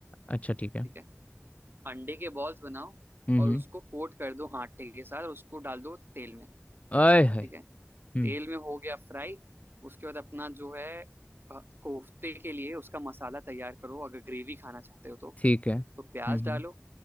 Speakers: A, on the left; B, on the right.
A: अच्छा ठीक है
B: ठीक है अंडे के बॉल्स बनाओ
A: हम्म
B: और
A: हम्म
B: उसको कोट कर दो आटे के साथ और उसको डाल दो तेल में
A: आय है
B: ठीक है
A: हम्म
B: तेल में हो गया फ्राई उसके बाद अपना जो है अ, कोफ्ते के लिए उसका मसाला तैयार करो अगर ग्रेवी खाना चाहते हो तो
A: ठीक है हम्म
B: तो प्याज
A: हम्म
B: डालो